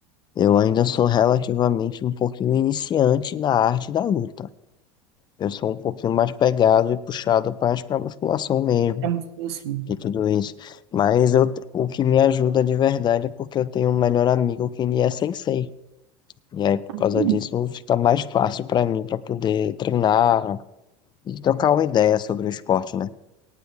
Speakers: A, on the left; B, on the right.
A: eu ainda sou relativamente um pouquinho iniciante na arte da luta. Eu sou um pouquinho mais pegado e puxado mais para musculação mesmo
B: É muito bom, sim.
A: de tudo isso. Mas eu, o que me ajuda de verdade é porque eu tenho um melhor amigo que ele é sensei. E aí, por
B: Hum,
A: causa disso, fica mais fácil para mim para poder treinar e trocar uma ideia sobre o esporte, né?